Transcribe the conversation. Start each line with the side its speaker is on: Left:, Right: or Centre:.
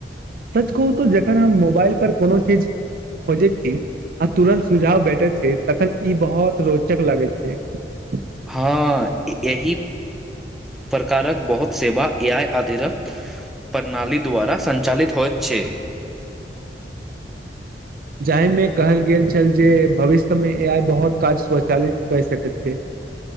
Right: सच कहू तऽ जखन हम मोबाइल पर कोनो चीज खोजैत छी आ तुरन्त सुझाव भेटैत छै तखन ई बहुत रोचक लगैत छै <inaudible>
Centre: हाँ यही प्रकारक बहुत सेवा ए आइ अधिरत प्रणाली द्वारा संचालित होइत छै
Right: जाहि में कहल गेल छल जे भविष्य में ए आइ बहुत काज स्वचालित कए सकैत छै <inaudible>